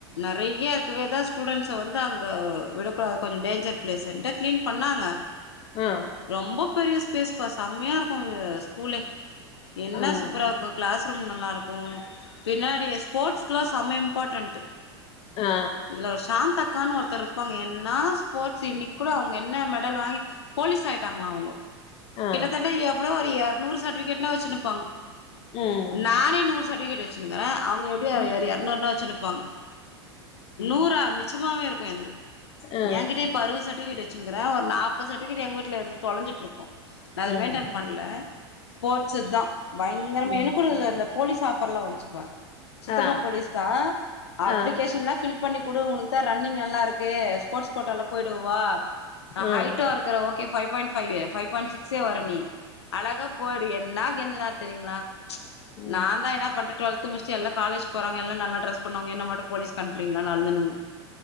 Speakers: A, on the left; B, on the left.
A: நெறைய இருக்கவேதா ஸ்டூடெண்ட்ஸ வந்து அங்க விடக்கூடாது கொஞ்ச டேஞ்சர் ப்ளேஸுன்ட்டு க்ளீன் பண்ணாங்க
B: ஆ
A: ரொம்ப பெரிய பேசுவா செம்மையா இருக்கு ஸ்கூலு எல்லா
B: ஆமாங்க
A: சூப்பரா இருக்கு கிளாஸ் ரூம் நல்லாருக்கு பின்னாடி ஸ்போர்ட்ஸ்க்லா செம இம்பார்ட்டன்ட்
B: ஆ
A: இதுல ஒரு சாந்தா அக்கன் ஒருத்தர் இருப்பாங்க என்னா ஸ்போர்ட்ஸ் இன்னைக்கு கூட அவங்க என்ன மெடல் வாங்கி போலீஸ் ஆயிட்டாங்களா அவங்கோ
B: ஆ
A: கிட்டத்தட்ட எப்டோ ஒரு எர நூறு சர்டிஃபிகேட்லா வெச்சுரு ப்பாங்க,
B: ம்
A: நானே நூறு சட்விகேட் வச் சினுருக்கிறே அவங் க எப்படியு ஒரு
B: ஆ
A: ஒரு எரநூறுனா வச்சுனுப்பாங்க நூறா மிச் சமாவே இருக்கு என்து
B: ஆ
A: என் கிட்டயே இப்ப அறுபது சர்பிகேட் வச்சுட்ரூக்ரேன் ஒரு நாற்பது சர்டிபிகேட் எங்கள்வீட்ல எத்து தொலைஞ்சிட்டருக்கும் நான் அத
B: ம்
A: மெயின்டன் பண்ணல ஸ்போர்ட்ஸ் தான் பயங்கரமா
B: ம்
A: எனக்கது அந்த போலீஸ் ஆஃபர்லாம் வந்துச்சுப்பா சித்தப்பா
B: ஆ
A: போலீஸ் தான் அப்ளிகேஷன்லாம்
B: ஆ ஆ
A: ஃபில் பண்ணி கொடு உனக்கு தான் ரன்னிங் நல்லா இருக்கு ஸ்போர்ட் கோட்டா லா போயிடுவ வா நா
B: ம்
A: ஹைட்டா இருக்குறேன் okay five point five five பன் சிக்ஸே வர நீ அழகா போடு என்னா எந்தன நேர தெரியங்களா ச்
B: ம்
A: நான் தான் என்னா பண்ணட்டு டொல்த் முடிச்சட்டு எல்லா காலேஜ் போறங்க எல்லா நல்ல டிரஸ் பண்ணுவாங்க என்ன மட்டும் போலிஸ் க்கு அனுப்பி ங்கள அழுந்துந்தேன்